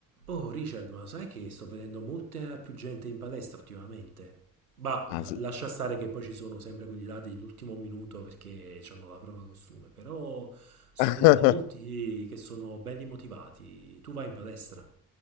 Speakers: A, on the right; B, on the left.
A: Oh Richard, ma sai che sto vedendo molta più gente in palestra ultimamente? Ma
B: Ah,
A: la-
B: sì.
A: lascia stare che poi ci sono sempre quelli là dell'ultimo minuto perché hanno la prova costume, però sto
B: <laughs>
A: vedendo molti che sono belli motivati. Tu vai in palestra?